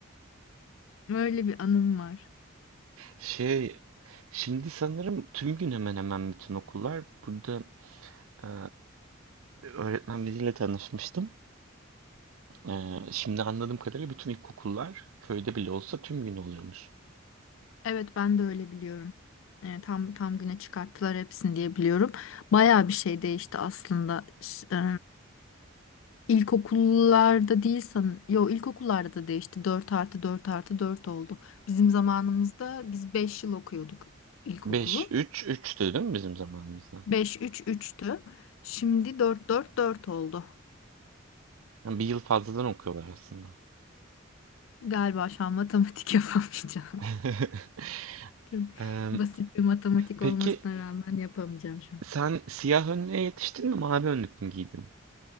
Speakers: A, on the left; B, on the right.
A: <laughs> Öyle bir anım var.
B: Şey şimdi sanırım tüm gün hemen hemen bütün okullar burada e, öğretmen biriyle tanışmıştım. E, şimdi anladığım kadarıyla bütün ilkokullar köyde bile olsa tüm gün oluyormuş.
A: Evet ben de öyle biliyorum. E, tam tam güne çıkarttılar hepsini diye biliyorum. Bayağı bir şey değişti aslında. Ş- e, İlkokullarda değil sanırım. Yo ilkokullarda da değişti. 4 artı 4 artı 4 oldu. Bizim zamanımızda biz 5 yıl okuyorduk ilkokulu.
B: beş üç üç değil mi bizim zamanımızda?
A: Beş üç üçtü. Şimdi dört dört dört oldu.
B: Yani bir yıl fazladan okuyorlar aslında.
A: Galiba şu an matematik <laughs> yapamayacağım.
B: <laughs>
A: Çok
B: E,
A: basit bir matematik
B: peki
A: olmasına rağmen yapamayacağım şu an.
B: sen siyah önlüğe yetiştin mi mavi önlük mü giydin?